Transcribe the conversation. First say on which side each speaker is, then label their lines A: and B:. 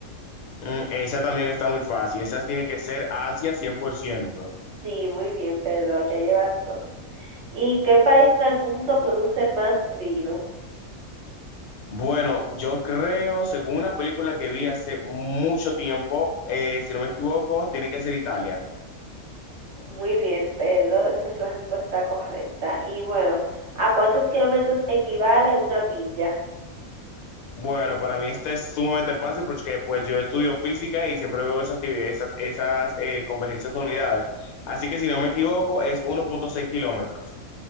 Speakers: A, on the left; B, on the right.
A: Mm, esa también está muy fácil. Esa tiene que ser Asia 100%.
B: Sí, muy bien, perdón, ya llevas dos. ¿Y qué país del mundo produce más vino?
A: Bueno, yo creo, según una película que vi hace mucho tiempo, eh, si no me equivoco, tiene que ser Italia.
B: Muy bien, Pedro, esa es la respuesta correcta. Y bueno, ¿a cuántos kilómetros equivale una milla?
A: Bueno, para mí este es sumamente fácil porque pues yo estudio física y siempre veo esas, activi- esas, esas eh, convergencias de unidades. Así que si no me equivoco, es uno punto seis kilómetros.